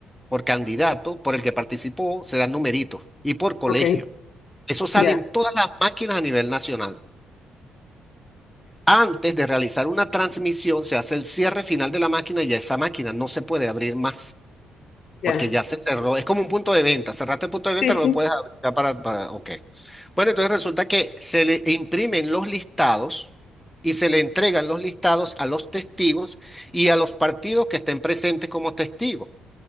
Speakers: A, in the centre; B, on the left.
A: por candidato, por el que participó, se dan numeritos y por colegio.
B: Ok,
A: Eso sale
B: ya,
A: en todas las máquinas a nivel nacional. Antes de realizar una transmisión, se hace el cierre final de la máquina y ya esa máquina no se puede abrir más.
B: ya.
A: Porque ya se cerró, es como un punto de venta, cerraste el punto de
B: Sí,
A: venta,
B: sí.
A: no lo puedes abrir ya para, para, ok. Bueno, entonces resulta que se le imprimen los listados y se le entregan los listados a los testigos y a los partidos que estén presentes como testigos.